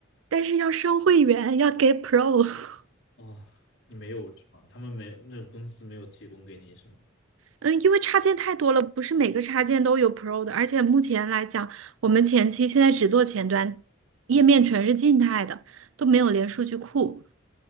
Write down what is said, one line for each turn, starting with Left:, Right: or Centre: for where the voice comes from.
Right: 但是要升会员，要给 Pro。<laughs>
Left: 哦，你没有是吗？他们没有，那个公司没有提供给你是吗？
Right: 嗯，因为插件太多了，不是每个插件都有 Pro 的，而且目前来讲，我们前期现在只做前端，页面全是静态的，都没有连数据库，